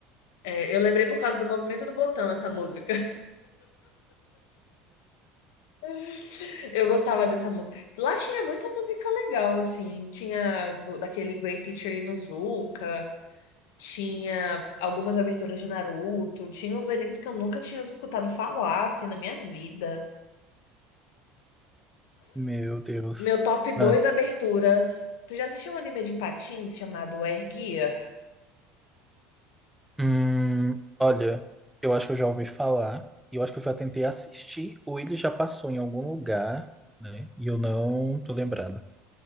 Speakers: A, on the left; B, in the centre.
A: É, eu lembrei por causa do movimento do botão essa música. <laughs> Eu gostava dessa música. Lá tinha muita música legal, assim. Tinha do- daquele Great Teacher Onizuka, tinha algumas aberturas de Naruto, tinha uns animes que eu nunca tinha escutado falar, assim, na minha vida.
B: meu Deus.
A: Meu top dois
B: Ah.
A: aberturas. Tu já assistiu um anime de patins chamado Air Gear?
B: Hum, olha, eu acho que eu já ouvi falar, e eu acho que eu já tentei assistir, ou ele já passou em algum lugar, né? E eu não tô lembrada.